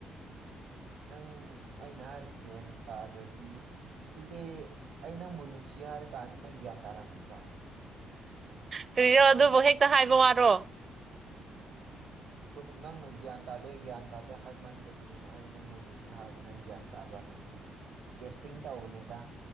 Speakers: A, on the right (about 35°); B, on the right (about 80°).
A: <inaudible>
B: ꯅꯪ ꯑꯩꯅ ꯍꯥꯏꯔꯤꯁꯤꯒꯟ ꯇꯥꯗ꯭ꯔꯗꯤ ꯑꯗꯨꯗꯤ ꯑꯩ ꯅꯪꯕꯨ ꯅꯨꯡꯁꯤ ꯍꯥꯏꯔ ꯀꯑꯅꯤ ꯅꯪ ꯒ꯭ꯌꯥꯟ ꯇꯥꯔꯝꯅꯤꯀꯣ
A: ꯀꯨꯔꯣ ꯑꯗꯨꯕꯨ ꯍꯦꯛꯇ ꯍꯥꯏꯕ ꯋꯥꯔꯣ
B: ꯁꯨꯝ ꯅꯪꯅ ꯒ꯭ꯌꯥꯟ ꯇꯥꯗꯦ ꯒ꯭ꯌꯥꯟ ꯇꯥꯗꯦ ꯍꯥꯏꯕ ꯃꯟꯗꯗꯨꯅ ꯑꯩꯅ ꯅꯪꯕꯨ ꯅꯨꯡꯁꯤ ꯍꯥꯏꯕꯗꯤ ꯅꯪ ꯒ꯭ꯌꯥꯟ ꯇꯥ ꯭ꯔꯥ ꯅꯪ ꯁꯨꯝ ꯇꯦꯁꯇꯤꯡ ꯇꯧꯕꯅꯦꯗ